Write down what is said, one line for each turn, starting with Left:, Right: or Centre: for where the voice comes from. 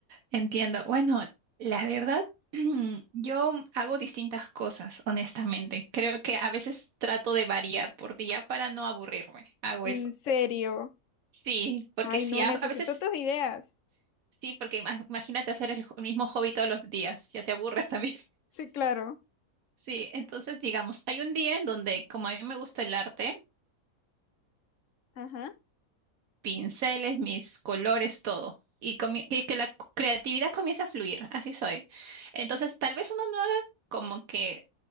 Right: Entiendo. Bueno, la verdad, <clears throat> yo hago distintas cosas, honestamente. Creo que a veces trato de variar por día para no aburrirme. Hago
Left: En
Right: eso.
Left: serio.
Right: Sí, porque
Left: Ay,
Right: si
Left: no,
Right: a,
Left: necesito
Right: a veces,
Left: tus ideas.
Right: sí, porque ima- imagínate hacer el, jo- el mismo hobby todos los días, ya te aburres también. <laughs>
Left: Sí, claro.
Right: Sí, entonces digamos, hay un día en donde como a mí me gusta el arte,
Left: Ajá.
Right: pinceles, mis colores, todo. Y comie- que, que la cu- creatividad comienza a fluir, así soy. Entonces, tal vez uno no haga como que,